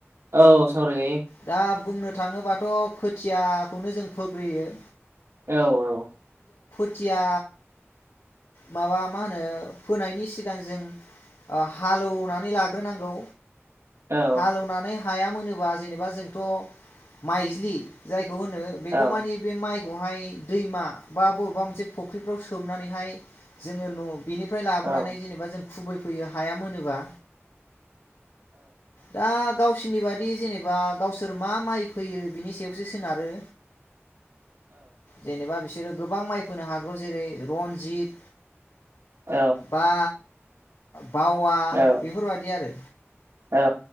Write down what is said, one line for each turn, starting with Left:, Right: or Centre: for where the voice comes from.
Right: औ सावरायजायो
Left: दा बुंनो थाङोबाथ खोथियाखौनो जों फोग्रोयो
Right: औ औ
Left: खोथिया माबा मा होनो फोनायनि सिगां जों हालेवनानै लाग्रो नांगौ
Right: औ
Left: हालेवनानै हाया मोनोबा जेनेबा जोंथ माइज्लि जायखौ होनो बेखौ
Right: औ
Left: माने बे माइ बेवहाय दैमा बा बबेबा मोनसे फुख्रिफ्राव सोमनानैहाय जोङो न' बिनिफ्राय लाबोनानै
Right: औ
Left: जेनेबा जों खुबैफैयो हाया मोनोबा दा गावसोरनि बादि जेनेबा गावसोर मा माइ फैयो बिनि सायावसो सोनारो जेनेबा बिसोरो गोबां माइ फोनो हागौ जेरै रनजित
Right: औ
Left: बा बावा
Right: औ औ
Left: बेफोरबायदि आरो
Right: औ